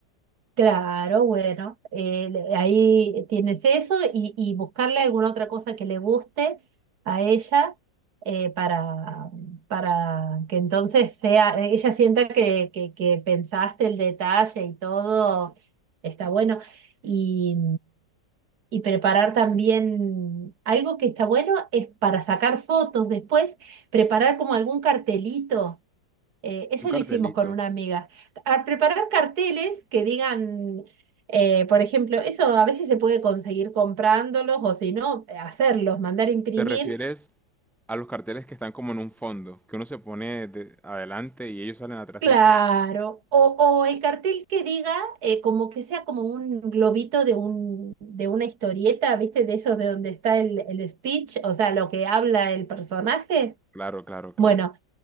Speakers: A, on the right; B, in the centre.
A: Claro, bueno, eh, le- ahí tienes eso y, y buscarle alguna otra cosa que le guste a ella eh, para, para que entonces sea, ella sienta que, que, que pensaste el detalle y todo está bueno. Y, y preparar también algo que está bueno es para sacar fotos después, preparar como algún cartelito eh, eso
B: Un cartelito.
A: lo hicimos con una amiga. A preparar carteles que digan, eh, por ejemplo, eso a veces se puede conseguir comprándolos o si no, eh, hacerlos, mandar imprimir,
B: ¿Te refieres a los carteles que están como en un fondo, que uno se pone de- adelante y ellos salen atrásito?
A: claro. O, o el cartel que diga, eh, como que sea como un globito de un, de una historieta, ¿viste? De esos de donde está el, el speech, o sea, lo que habla el personaje.
B: Claro, claro, claro.
A: Bueno.